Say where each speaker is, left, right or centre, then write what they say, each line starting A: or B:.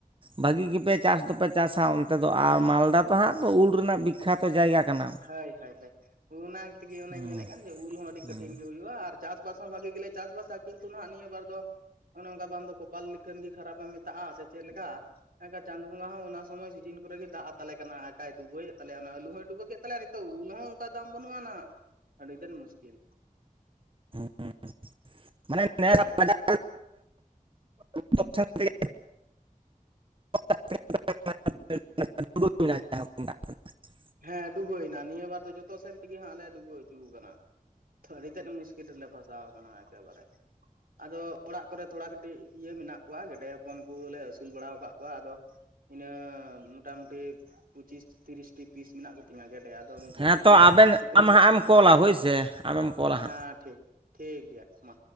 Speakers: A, on the right (about 35°); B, on the right (about 80°).
A: ᱵᱷᱟᱹᱜᱤ ᱜᱮᱯᱮ ᱪᱟᱥ ᱫᱚᱯᱮ ᱪᱟᱥ ᱦᱟ ᱚᱱ ᱛᱮᱫᱚ ᱟᱨ
B: ᱦᱮᱸ
A: ᱢᱟᱞᱫᱟ ᱛᱚ ᱦᱟᱸᱜ ᱛᱚ ᱩᱞ ᱨᱮᱱᱟᱜ ᱵᱤᱠᱠᱷᱟᱛᱚ ᱡᱟᱭᱜᱟ ᱠᱟᱱᱟ
B: ᱦᱟᱹᱭ ᱦᱟᱹᱭ ᱦᱟᱹᱭ ᱚᱱᱟ ᱛᱮᱜᱮ ᱚᱱᱮᱧ
A: ᱦᱩᱸ
B: ᱢᱮᱱᱮᱜ ᱠᱟᱱ ᱡᱮ ᱩᱞ ᱦᱚᱸ ᱟᱹᱰᱤ
A: ᱦᱩᱸ
B: ᱠᱟᱹᱴᱷᱤᱱ ᱜᱮ ᱦᱩᱭᱩᱜᱼᱟ ᱟᱨ ᱪᱟᱥᱵᱟᱥ ᱦᱚᱸ ᱵᱷᱟᱜᱤ ᱜᱮᱞᱮ ᱪᱟᱥᱵᱟᱥᱟ ᱠᱤᱱᱛᱩ ᱱᱟᱜᱟᱜ ᱱᱤᱭᱟᱹ ᱵᱟᱨ ᱫᱚ ᱚᱱᱮ ᱚᱱᱠᱟ ᱵᱟᱝ ᱫᱚ ᱠᱚᱯᱟᱞ ᱞᱤᱠᱷᱟᱹᱱ ᱜᱮ ᱠᱷᱟᱨᱟᱯ ᱮᱢ ᱢᱮᱛᱟᱜᱼᱟ ᱥᱮ ᱪᱮᱫ ᱞᱮᱠᱟ ᱮᱱᱠᱷᱟᱱ ᱪᱟᱸᱫ ᱵᱚᱸᱜᱟ ᱦᱚᱸ ᱚᱱᱟ ᱥᱚᱢᱚᱭ ᱥᱤᱡᱤᱱ ᱠᱚᱨᱮ ᱜᱮ ᱫᱟᱜ ᱟᱛᱟᱞᱮ ᱠᱟᱱᱟ᱾ ᱟᱠᱟᱭ ᱰᱩᱵᱟᱹ ᱮᱫ ᱛᱟᱞᱮᱭᱟ ᱚᱱᱟ ᱟᱹᱞᱩ ᱦᱚᱸᱭ ᱰᱩᱵᱟᱹ ᱠᱮᱫ ᱛᱟᱞᱮ ᱱᱤᱛᱚᱜ ᱩᱞ ᱦᱚᱸ ᱚᱱᱠᱟ ᱫᱟᱢ ᱵᱟᱹᱱᱩᱜ ᱟᱱᱟ ᱟᱹᱰᱤ ᱜᱟᱱ ᱢᱩᱥᱠᱤᱞ
A: <inaudible> ᱢᱟᱱᱮ ᱱᱮᱥ ᱟᱜ ᱵᱟᱡᱟᱨ ᱛᱮ ᱜᱮ ᱟᱯᱮ ᱫᱚ <unintelligible>
B: ᱦᱮᱸ ᱰᱩᱵᱟᱹᱭᱱᱟ ᱱᱤᱭᱟᱹ ᱵᱟᱨ ᱫᱚ ᱡᱚᱛᱚ ᱥᱮᱱ ᱛᱮᱜᱮ ᱦᱟᱸᱜ ᱞᱮ ᱰᱩᱵᱟᱹᱣ ᱦᱚᱪᱩᱣ ᱠᱟᱱᱟ᱾ ᱟᱹᱰᱤ ᱛᱮᱫ ᱢᱩᱥᱠᱤᱞ ᱨᱮᱞᱮ ᱯᱷᱟᱥᱟᱣ ᱟᱠᱟᱱᱟ ᱮᱠᱮᱵᱟᱨᱮ ᱟᱫᱚ ᱚᱲᱟᱜ ᱠᱚᱨᱮᱜ ᱛᱷᱚᱲᱟ ᱠᱟᱹᱴᱤᱡ ᱤᱭᱟᱹ ᱢᱮᱱᱟᱜ ᱠᱚᱣᱟ ᱜᱮᱰᱮ ᱦᱚᱯᱚᱱ ᱠᱩ ᱞᱮ ᱟᱹᱥᱩᱞ ᱵᱟᱲᱟ ᱟᱠᱟᱫ ᱠᱚᱣᱟ ᱟᱫᱚ ᱤᱱᱟᱹ ᱢᱚᱴᱟ ᱢᱩᱴᱤ ᱯᱩᱪᱤᱥ ᱛᱤᱨᱤᱥ ᱴᱤ ᱯᱤᱥ ᱢᱮᱱᱟᱜ ᱠᱚᱛᱤᱧᱟ ᱜᱮᱰᱮ ᱟᱫᱚ ᱩᱱᱠᱩ
A: ᱦᱮᱸ
B: ᱠᱩᱜᱤ
A: ᱛᱚ ᱟᱵᱮᱱ
B: ᱯᱩᱠᱷᱨᱤ
A: ᱟᱢ
B: ᱥᱮᱫ
A: ᱦᱟᱸᱜ
B: ᱦᱩᱸ
A: ᱮᱢ ᱠᱚᱞᱟ ᱦᱳᱭᱥᱮ ᱟᱢᱮᱢ ᱠᱚᱞᱟ ᱦᱟᱸᱜ
B: ᱦᱮᱸ ᱴᱷᱤᱠ ᱴᱷᱤᱠ ᱜᱮᱭᱟ ᱢᱟ᱾